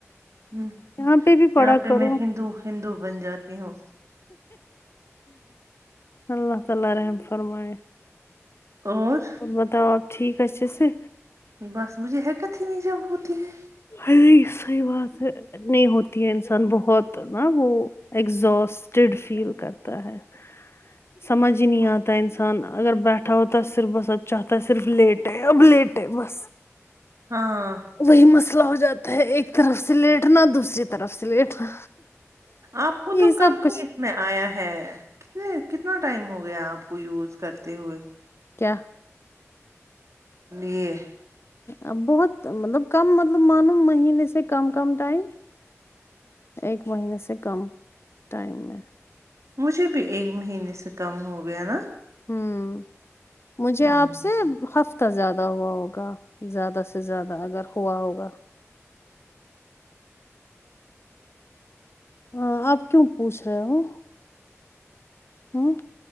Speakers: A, on the right; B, on the left.
A: ہ
B: یہاں پہ بھی پڑھا
A: یہاں پہ
B: کرو
A: میں ہندو ہندو بن جاتی ہوں
B: اللہ تعالی رحم فرمائے
A: اور
B: بتاو آپ ٹھیک اچہے سے
A: بس مجھے حکت ہی نہیں ہوتی ہے
B: ہائے صحیح بات ہے نہیں ہوتی ہے انسان بہت نا وہ ایگزاسٹٹ فیل کرتا ہے سمجھ ہی نہیں آتا ہے انسان اگر بیٹھا ہوتا ہے تو صرف بس چاہتا ہے صرف لیٹے اب لیٹ ہے بس
A: ہاں
B: وہی مسئلہ ہو جاتا ہے ایک طرف سے لیٹنا دوسری طرف سے لیٹنا
A: آپ کو
B: یہی
A: تو کم
B: سب کچھ
A: ہی میں آیا ہے کتنے کتنا ٹائم ہو گیا ہے آپ کو یوز کرتے ہوئے
B: کیا
A: یہ
B: ا بہت مطلب کم مطلب معلوم مہینے سے کم کم ٹائم ایک مہینے سے کم ٹائم میں
A: مجھے بھی ایک مہینے سے کم ہو گیا نا
B: ہوں مجھے
A: ہمم،
B: آپ سے ہف اتا زیادہ ہوا ہوگا زیادہ سے زیادہ اگر ہوا ہوگا ہاں آپ کیوں پوچھ رہے ہو ہ